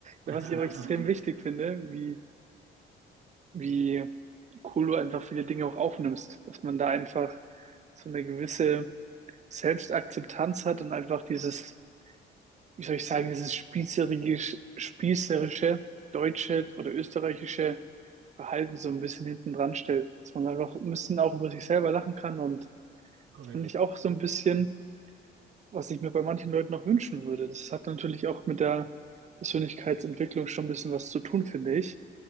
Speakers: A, on the right (about 35°); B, on the right (about 75°).
A: Ja,
B: <laughs>
A: was ich aber extrem wichtig finde, wie, wie cool du einfach viele Dinge auch aufnimmst, dass man da einfach so eine gewisse Selbstakzeptanz hat und einfach dieses, wie soll ich sagen, dieses spießerige, spießerische deutsche oder österreichische Verhalten so ein bisschen hinten dran stellt, dass man einfach ein bisschen auch über sich selber lachen kann und
B: Korrekt.
A: das finde ich auch so ein bisschen, was ich mir bei manchen Leuten noch wünschen würde. Das hat natürlich auch mit der Persönlichkeitsentwicklung schon ein bisschen was zu tun,
B: Du,
A: finde ich.